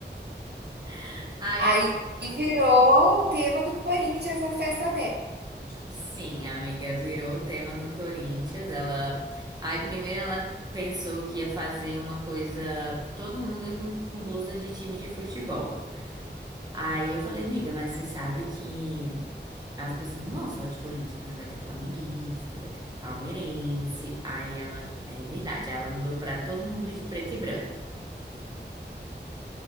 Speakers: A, on the right; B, on the right.
A: <laughs> Aí
B: Aí
A: ela,
B: virou o tema do Corinthians, a festa dela.
A: sim, amiga, virou o tema do Corinthians. Ela, aí primeiro ela pensou que ia fazer uma coisa, todo mundo ir com, com blusa de time de futebol. Aí eu falei, amiga, mas você sabe que As pessoas não vão só de Corinthians, né? Vai ter flamenguista, vai ter palmeirense. Aí ela. É verdade, ela mudou pra todo mundo ir de preto e branco.